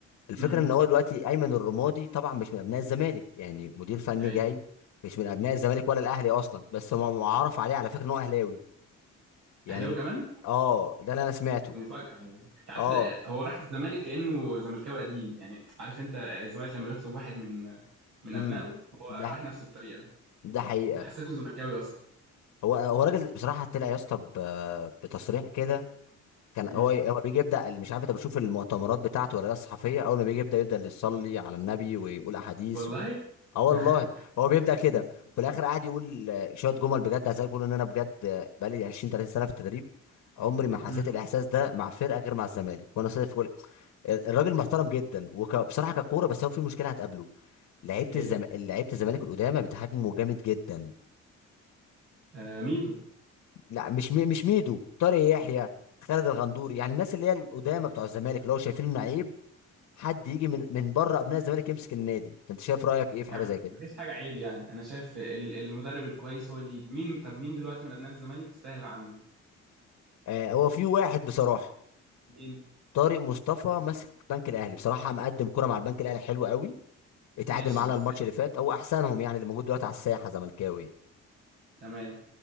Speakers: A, on the left; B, on the right.
A: الفكره
B: امم
A: ان هو دلوقتي ايمن الرمادي طبعا مش من ابناء الزمالك يعني مدير فني
B: ايوه
A: جاي مش من ابناء الزمالك ولا الاهلي اصلا بس هم معرف عليه على فكره ان هو اهلاوي يعني
B: اهلاوي
A: ال-
B: كمان
A: اه ده اللي انا سمعته
B: دي مفاجاه على فكرة. انت عارف
A: اه
B: آه، هو راح الزمالك كانه زملكاوي قديم يعني عارف انت الزمالك لما يطلب واحد من من
A: امم
B: ابنائه هو
A: ده
B: راح نفس الطريقه
A: ده حقيقه
B: فحسيته زملكاوي اصلا
A: هو هو راجل بصراحه طلع يا اسطى ب- بتصريح كده كان
B: امم
A: هو هو بيجي يبدا مش عارف انت بتشوف المؤتمرات بتاعته ولا لا الصحفيه اول ما بيجي يبدا يبدا يصلي على النبي ويقول احاديث
B: والله
A: اه والله
B: <laughs>
A: هو بيبدا كده
B: اساسا
A: في الاخر قاعد يقول آه، شويه جمل بجد عايز بيقول ان انا بجد آه، بقالي 20 30 سنه في التدريب عمري ما حسيت
B: امم
A: الاحساس ده مع فرقه غير مع الزمالك وانا صادق في كل الراجل محترم جدا وبصراحه ككوره بس هو في مشكله هتقابله لعيبه
B: ايه
A: الزم... لعيبه الزمالك القدامى بتهاجمه جامد جدا
B: آه ميدو
A: لا مش مي... مش ميدو طارق يحيى خالد الغندوري يعني الناس اللي هي القدامى بتوع الزمالك اللي هو شايفين انه عيب حد يجي من من بره ابناء الزمالك يمسك النادي انت شايف رايك ايه في
B: يا
A: حاجه
B: عم
A: زي كده
B: مفيش حاجه عيب يعني انا شايف ال- المدرب الكويس هو اللي مين طب مين دلوقتي من ابناء الزمالك يستاهل عنه
A: آه هو في واحد بصراحه
B: مين
A: طارق مصطفى ماسك بنك الاهلي بصراحه مقدم كرة مع البنك الاهلي حلو قوي اتعادل
B: ماشي
A: معانا
B: بس
A: الماتش اللي فات هو احسنهم يعني اللي موجود دلوقتي على الساحه زملكاوي يعني.
B: تمام